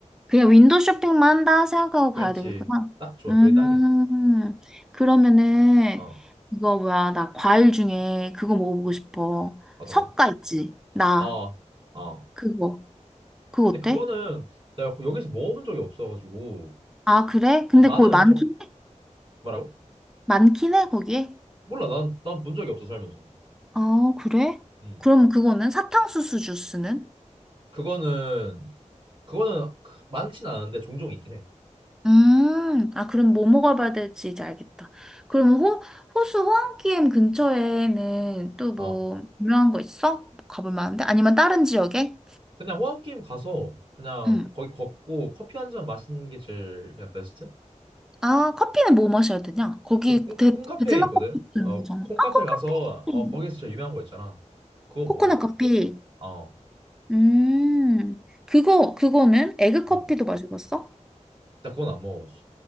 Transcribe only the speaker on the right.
그렇지.
딱 좋아.
그게 딱이야.
어,
맞아.
어, 어.
근데
그거는 내가 거- 여기서 먹어본 적이 없어가지고.
어,
나는
첫,
뭐라고?
몰라. 난, 난 본 적이 없어, 살면서.
음.
그거는, 그거는 크- 많진 않은데 종종 있긴 해.
어.
그냥 호환게임 가서 그냥
거기 걷고 커피 한 잔 마시는 게 제일 그냥 베스트?
그 콩,
콩카페에
있거든?
어,
콩카페
가서,
어, 거기에서 제일 유명한 거 있잖아. 그거
먹으면 돼.
어.
막,
나 그건 안 먹어봤어.